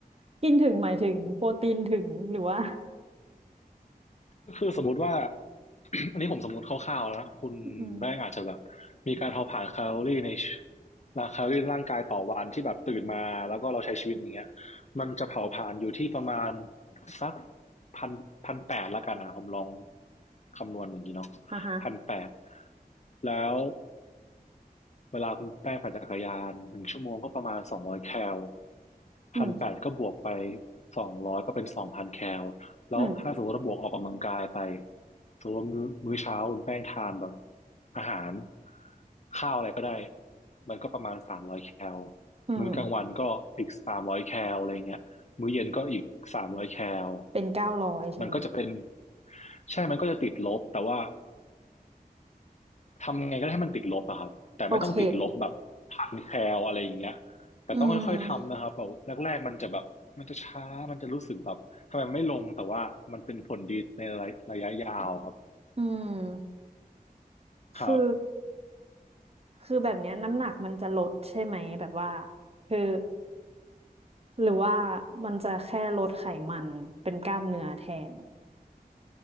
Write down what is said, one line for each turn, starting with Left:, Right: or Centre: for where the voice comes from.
Right: กินถึงหมายถึงโปรตีนถึงหรือว่า
Left: ก็คือสมมติว่า <clears throat> อันนี้ผมสมมติคร่าวๆแล้วนะคุณแป้งอาจจะแบบมีการเผาผลาญแคลอรี่ใน
Right: อืม
Left: แคลอรี่ในร่างกายต่อวันที่แบบตื่นมาแล้วก็เราใช้ชีวิตอย่างเงี้ยมันจะเผาผลาญอยู่ที่ประมาณสักพันพันแปดละกันนะผมลองคำนวณอย่างนี้เนาะ
Right: อ่าฮะ
Left: พันแปดแล้ว เวลาคุณแป้งปั่นจักรยานหนึ่งชั่วโมงก็ประมาณสองร้อยแคล
Right: อืม
Left: พันแปดก็บวกไปสองร้อยก็เป็นสองพันแคลแล้วถ้าสมมติว่าบวกออกกำลังกายไป
Right: อืม
Left: สมมติว่ามื้อมื้อเช้าคุณแป้งทานแบบอาหารข้าวอะไรก็ได้มันก็ประมาณสามร้อยแคล
Right: อืม
Left: มื้อกลางวันก็อีกสามร้อยแคลอะไรเงี้ยมื้อเย็นก็อีกสามร้อยแคล
Right: เป็นเก้าร้อยใช่ไหม
Left: มันก็จะเป็นใช่มันก็จะติดลบแต่ว่า ทำไงก็ได้ให้มันติดลบอะครับแต่ไม่ต้องติดลบแบบพันแคลอะไรอย่างเงี้ย
Right: โอเค
Left: แต่ต้องค่อยๆทำนะครับแบบแรกๆมันจะแบบมันจะช้ามันจะรู้สึกแบบทำไมไม่ลงแต่ว่ามันเป็นผลดีในระยะยาวครับ
Right: อืมอืม คือ
Left: ครับ
Right: คือแบบเนี้ยน้ำหนักมันจะลดใช่ไหมแบบว่าคือหรือว่ามันจะแค่ลดไขมันเป็นกล้ามเนื้อแทน